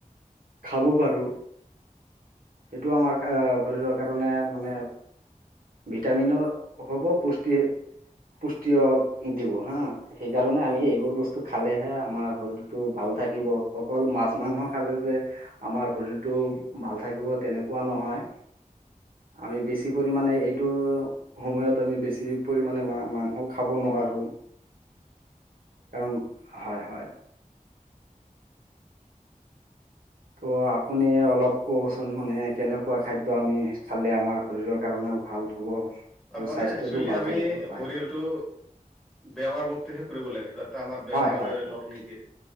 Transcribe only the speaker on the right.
খাব পাৰো সেইটো আমাৰ শৰীৰৰ কাৰণে মানে ভিটামিনৰ হ'ব পুষ্টিৰ পুষ্টি য় দিব হা সেইকাৰণে আমি এইবোৰ বস্তু খালেহে আমাৰ শৰীৰটো ভাল থাকিব অকল মাছ মাংস খালে যে আমাৰ শৰীৰটো ভাল থাকিব তেনেকুৱা নহয় আমি বেছি পৰিমাণে এইটো সময়ত আমি বেছি পৰিমামানো মাংস খাব নোৱাৰো আৰু
কাৰণ হয় হয় ত' আপুনি অলপ কওঁচোন মানে কেনেকুৱা খাদ্য আমি খালে আমাৰ শৰীৰৰ কাৰণে ভাল হ'ব।
আৰু
স্বাস্থ্যটোও
ভাল
থাকিব হয়
হয়
হয় হয়